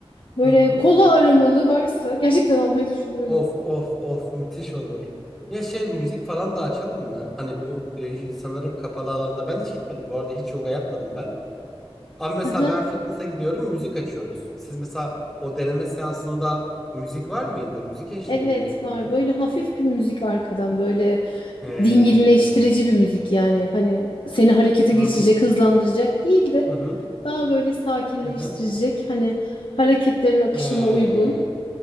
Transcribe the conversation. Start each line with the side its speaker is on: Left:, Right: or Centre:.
Left: Böyle
Centre: hı hı.
Left: kola aromalı varsa <laughs> gerçekten almayı düşünüyorum.
Centre: Of of of müthiş olur. Ya şey müzik falan da açalım mı? Hani bu e, sanırım kapalı alanda ben hiç gitmedim bu arada hiç yoga yapmadım ben. Ama mesela
Left: Aha,
Centre: ben fitness'a gidiyorum müzik açıyoruz. Siz mesela o deneme seansında müzik var mıydı? Müzik eşliğinde
Left: evet
Centre: mi yapıyordunuz?
Left: var. Böyle hafif bir müzik arkadan böyle
Centre: He.
Left: dinginleştirici bir müzik yani. Hani seni harekete
Centre: Hı
Left: geçirecek,
Centre: hı.
Left: hızlandıracak değil de
Centre: Hı hı.
Left: daha böyle sakinleştirecek.
Centre: Hı hı.
Left: Hani hareketlerin akışına
Centre: He.
Left: uygun.